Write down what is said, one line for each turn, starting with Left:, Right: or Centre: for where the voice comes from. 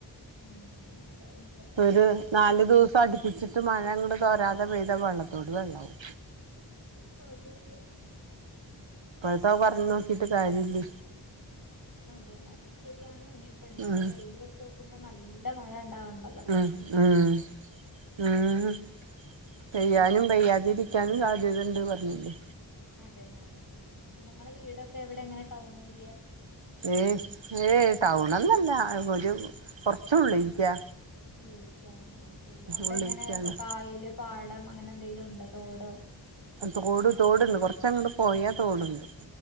Left: ഉം അതാവും ചിലപ്പോ
Right: ഒരു
Left: ശരിക്കും
Right: നാലു ദിവസം അടുപ്പിച്ചി മഴ കൊണ്ട് തോരാതെ പെയ്ത വെള്ളത്തോട് വെള്ളവും
Left: അതെ അതെ. <unintelligible>
Right: <unintelligible> പറഞ്ഞു നോക്കിട്ട് കാരില്ല്യേ.
Left: അതെയല്ല അതും ശരിയാണ് ഇനിയിപ്പ ഇണ്ടായ
Right: ഉം
Left: വെയിയില് വെച്ച് നോക്കുമ്പോ നല്ല മഴ ഉണ്ടാവണ്ട്.
Right: ഉം ഉം ഉം. പെയ്യാനും
Left: പിന്നെ
Right: പെയ്യാതിരിക്ക പിക്കനും സാധ്യതയിണ്ട് പറഞ്ഞില്ലേ?
Left: അതന്നെ, അതന്നെ പിന്നെ നിങ്ങളെ വീടൊക്കെ എവിടെ? എങ്ങനെ ടൗൺ ഏരിയ
Right: ഏയ്, ഏയ് ടൗണൊന്നല്ല ഒരു കുറച്ചുള്ളിക്കാ.
Left: ഉള്ളിലക്കാണൊ ആ ശരി. അവിടെ
Right: ഉള്ളിൽക്കാണ്
Left: എങ്ങനെ കായല് പാടം അങ്ങനെ എന്തെങ്കലും ഉണ്ടോ? തോടോ
Right: തോട് തോടുണ്ട്, കൊറച്ചങ്ങോട്ട് പോയാ തോടുണ്ട്.